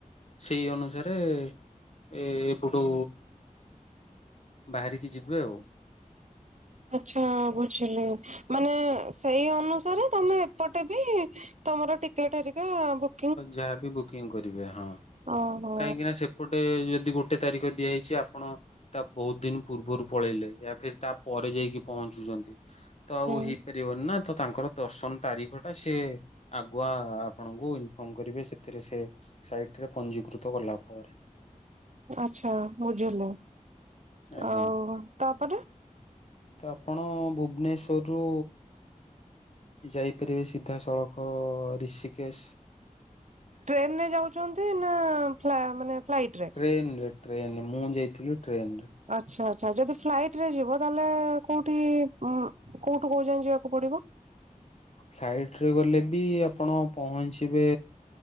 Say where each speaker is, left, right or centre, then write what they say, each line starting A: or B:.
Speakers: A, on the left (about 50°); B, on the right (about 60°).
A: ସେଇ ଅନୁସାରେ ଏ ଏପଟୁ ବାହାରିକି ଯିବେ ଆଉ
B: ଆଛା ବୁଝିଲି ମାନେ ସେଇ ଅନୁସାରେ ତମେ ଏପଟେ ବି ତମର ଟିକେଟ ହେରିକା ବୁକ୍
A: ଯାହାବି ବୁକିଂ କରିବେ ହଁ
B: ଓହୋ
A: କାହିଁକି ନା ସେ ସେପଟେ ଯଦି ଗୋଟେ ତାରିଖ ଦିଆହେଇଛି ଆପଣ ତା ବହୁତ ଦିନ ପୂର୍ବରୁ ପଳେଇଲେ ୟା ଫେର ତା ପରେ ଯାଇକି ପହଞ୍ଚୁଛନ୍ତି। ତ ଆଉ
B: ହୁଁ
A: ହେଇପାରିବନି ନା ତ ତାଙ୍କର ଦର୍ଶନ ତାରିଖଟା ସିଏ ଆଗୁଆ ଆପଣଙ୍କୁ କଣ କରିବେ ସେଥିରେ ସେ ସାଇଟରେ ପଞ୍ଜୀିକୃତ କଲା ପରେ
B: ଆଛା ବୁଝିଲି
A: ଆଜ୍ଞା
B: ଆଉ ତାପରେ?
A: ତ ଆପଣ ଭୁବନେଶ୍ୱରରୁ ଯାଇପାରିବେ ସିଧାସଳଖ ଋଷିକେଶ।
B: ଟ୍ରେନରେ ଯାଉଛନ୍ତି ନା ଫ୍ଲା ମାନେ ଫ୍ଲାଇଟ ରେ?
A: ଦେଇନି ଯେ ଟ୍ରେନରେ ମୁଁ ଯାଇଥିଲି ଟ୍ରେନରେ।
B: ଆଚ୍ଛା ଆଚ୍ଛା ଯଦି ଫ୍ଲାଇଟ ରେ ଯିବ ତାହେଲେ କୋଉଠି କୋଉଠୁ କୋଉ ଯାଏ ଯିବାକୁ ପଡିବ?
A: ଫ୍ଲାଇଟ ରେ ଗଲେ ବି ଆପଣ ପହଞ୍ଚିବେ